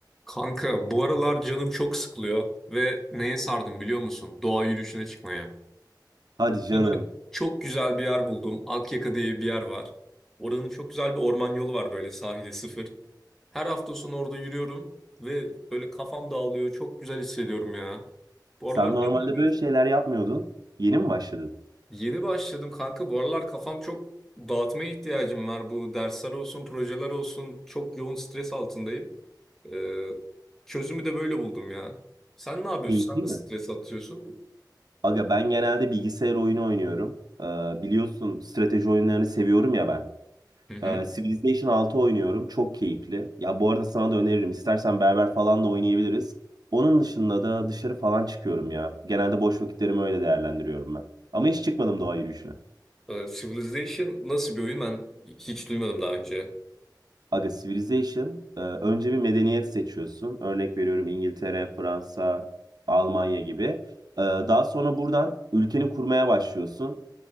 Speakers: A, in the centre; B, on the right (about 60°).
A: Kanka bu aralar canım çok sıkılıyor ve neye sardım biliyor musun? Doğa yürüyüşüne çıkmaya.
B: Hadi canım.
A: Burada çok güzel bir yer buldum. Akyaka diye bir yer var. Oranın çok güzel bir orman yolu var böyle sahile sıfır. Her hafta sonu orada yürüyorum ve böyle kafam dağılıyor. Çok güzel hissediyorum ya. Bu
B: Sen
A: aralar sen
B: normalde
A: ne yapıyorsun?
B: böyle şeyler yapmıyordun. Yeni mi başladın?
A: Yeni başladım kanka. Bu aralar kafam çok dağıtmaya ihtiyacım var. Bu dersler olsun, projeler olsun. Çok yoğun stres altındayım. Ee, çözümü de böyle buldum ya. Sen ne yapıyorsun?
B: Keyifli
A: Sen nasıl
B: mi?
A: stres atıyorsun?
B: Aga ben genelde bilgisayar oyunu oynuyorum. Ee, biliyorsun strateji oyunlarını seviyorum ya ben.
A: Hı hı.
B: Ee, Civilization altı oynuyorum. Çok keyifli. Ya bu arada sana da öneririm. İstersen beraber falan da oynayabiliriz. Onun dışında da dışarı falan çıkıyorum ya. Genelde boş vakitlerimi öyle değerlendiriyorum ben. Ama hiç çıkmadım doğa yürüyüşüne.
A: Ee, Civilization nasıl bir oyun? Ben hiç duymadım daha önce.
B: Aga Civilization e, önce bir medeniyet seçiyorsun. Örnek veriyorum İngiltere, Fransa, Almanya gibi. E, Daha sonra buradan ülkeni kurmaya başlıyorsun.